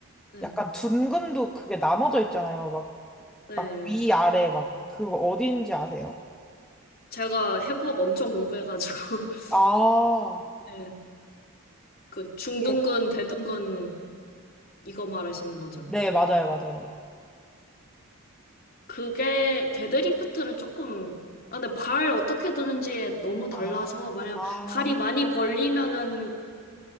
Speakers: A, on the left (about 45°); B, in the centre.
A: 네,
B: 약간 둔근도 그게 나눠져 있잖아요. 막,
A: 네.
B: 막 위, 아래, 막 그거 어딘지 아세요?
A: 제가 해부학 엄청 공부해가지고, <laughs>
B: 아,
A: 네, 그 중둔근,
B: 예.
A: 대둔근, 이거 말하시는 거죠.
B: 네, 맞아요, 맞아요.
A: 그게 데드리프트는 조금 아, 근데 발 어떻게 드는지에 너무 달라서
B: 아,
A: 만약
B: 아,
A: 다리 많이 벌리면은